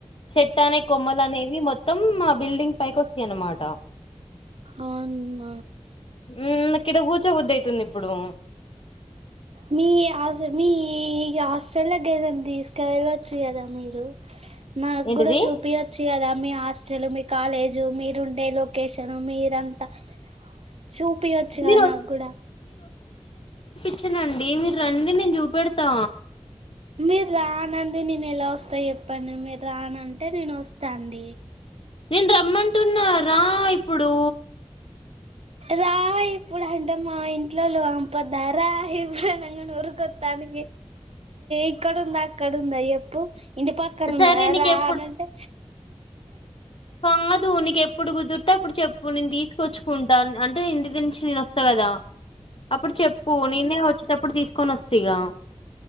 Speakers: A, on the left; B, on the right.
A: చెట్ట అనే కొమ్మలు అనేవి మొత్తం ఆ బిల్డింగ్ పైకి వస్తాయి అన్నమాట
B: అవ్న్న
A: ఉ నాకిడ కూర్చో బుద్ధి అయితుంది ఇప్పుడు
B: మీ అస్ మీ హాస్ట్రల్ కే ఏదనా తీసుకెళ్ళొచ్చు కదా మీరు మా
A: ఏంటిది
B: కూడా చూపియెచ్చు కదా మీ హాస్టల్ మీ కాలేజు మీరు ఉండే లొకేషన్ మీరంతా చూపియొచ్చుగా
A: మీరు
B: నాగుడా
A: వచ్చేనండి మీరు రండి నేను చూపెడతా
B: మీరు రానండి నేను ఎలా వస్తా చెప్పండి మీరు రానంటే నేను వస్తా అండి
A: నేను రమ్మంటున్నా రా ఇప్పుడు
B: రా ఇప్పుడు అంటే మా ఇంట్లో లోంపోద్దా రా ఇప్పుడు అనంగ ఊరికొత్తాని ఇక్కడుందా అక్కడుందా ఎప్పు ఇంటి పక్కనున్నదా
A: సరే నీకు
B: రా
A: ఎప్పుడు
B: అనంటే
A: కాదు నికి ఎప్పుడు కుదురు తె అప్పుడు చెప్పు నేను తీసుకొచ్చుకుంటాను అంటే ఇంటి నుంచి నేను వస్తా కదా అప్పుడు చెప్పు నిన్నే వచ్చేటప్పుడు తీసుకొని వస్తిగా